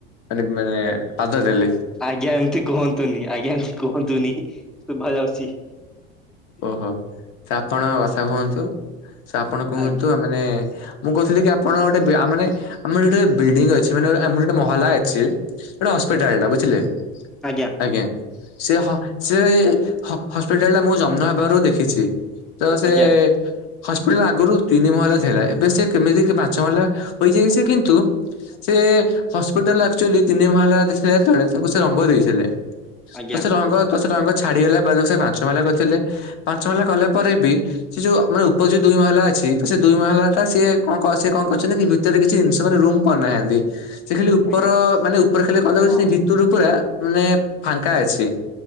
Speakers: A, on the left; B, in the centre.
A: ଦେଲି ମାନେ ପାଦ ଦେଲି।
B: ଆଜ୍ଞା ଏମିତି କୁହନ୍ତୁନି ଆଜ୍ଞା ଏମିତି କୁହନ୍ତୁ ନି ଶୁଭା ଯାଉଛି।
A: ଓହୋ ସେ ଆପଣ କଥା କୁହନ୍ତୁ ସେ ଆପଣ କୁହନ୍ତୁ
B: ଆଜ୍ଞା
A: ଆ ମାନେ ମୁଁ କହୁଥିଲି କି ଆପଣ ଗୋଟେ ମାନେ ଆମର ଗୋଟେ ବିଲଡିଂ ଅଛି ମାନେ ଆମର ଗୋଟେ ମହଲା ଅଛି। ଏଇଟା ହସ୍ପିଟାଲଟା ବୁଝିଲେ?
B: ଆଜ୍ଞା!
A: ଆଜ୍ଞା ସେ ହ ସେ ହସ୍ପିଟାଲ ଟା ମୁଁ ଜନ୍ମ ହେବାରୁ ଦେଖିଛି। ତ ସେ
B: ଆଜ୍ଞା
A: ହସ୍ପିଟାଲ ଆଗରୁ ତିନି ମହଲା ଥିଲା ଏବେ ସେ କେମିତି କି ପାଞ୍ଚ ମହଲା କରି ଯାଇଚି କିନ୍ତୁ ସେ ହସ୍ପିଟାଲ ଆକ୍ଚୁଆଲି ତିନି ମହଲା ଥିଲା ଯେତେବେଳେ ତାଙ୍କୁ ସେ ରଙ୍ଗ ଦେଇଥିଲେ।
B: ଆଜ୍ଞା
A: ତ ସେ ରଙ୍ଗ ତ ସେ ରଙ୍ଗ ଛାଡିଗଲା ବେଳକୁ ସେ ପାଞ୍ଚମହଲା କରିଥିଲେ ପାଞ୍ଚମହଲା କଲାପରେବି ସେଯୋଉ ମାନେ ଉପରେଯୋଉ ଦୁଇମହଲା ଅଛି ତ ସେ ଦୁଇମହଲା ଟା ସିଏ କଣ କଣ ସେ କଣ କରିଛନ୍ତି କି ଭି ସେଥିରେ କିଛି ଜିନିଷ ମାନେ ରୁମ୍ କରିନାହାନ୍ତି। ସେ ଖାଲି ଉପର
B: ଆଜ୍ଞା
A: ମାନେ ଉପରେ ଖାଲି କଲର ହଉଚି
B: ହଁ
A: ସେଇ ଭିତରୁ ପୁରା ମାନେ ଫାଙ୍କା ଅଛି।